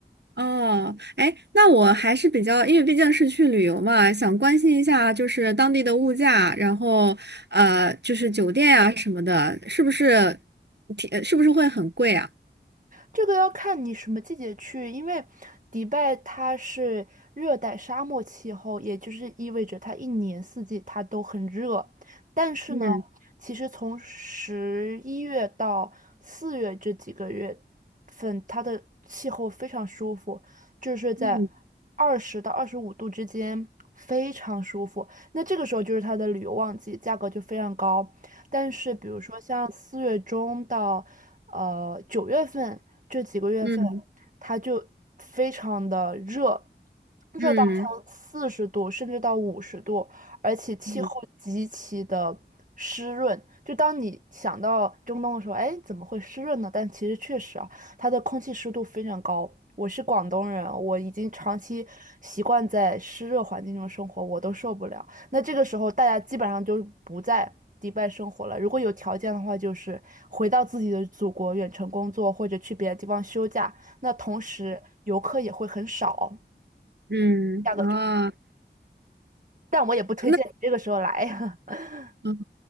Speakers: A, on the right; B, on the right.
A: 哦，哎，那我还是比较，因为毕竟是去旅游嘛，想关心一下就是当地的物价，然后呃，就是酒店啊什么的，是不是挺，呃是不是会很贵啊？
B: 这个要看你什么季节去，因为迪拜它是热带沙漠气候，也就是意味着它一年四季它都很热。但是呢，
A: 嗯
B: 其实从十一月到四月这几个月份，它的气候非常舒服，就是在
A: 嗯
B: 二十到二十五度之间，非常舒服。那这个时候就是它的旅游旺季，价格就非常高。但是比如说像四月中到呃九月份这几个月份，
A: 嗯
B: 它就非常的热，热到从四十度甚至到五十度，
A: 嗯
B: 而且气候极其的湿润。
A: 嗯
B: 就当你想到中东的时候，哎，怎么会湿润呢？但其实确实啊，它的空气湿度非常高。我是广东人，我已经长期习惯在湿热环境中生活，我都受不了。那这个时候大家基本上就不在迪拜生活了。如果有条件的话，就是回到自己的祖国远程工作，或者去别的地方休假。那同时游客也会很少，
A: 嗯嗯啊，
B: 价格就，但我也不推荐你这个时候来。
A: 那
B: <laughs>
A: 嗯，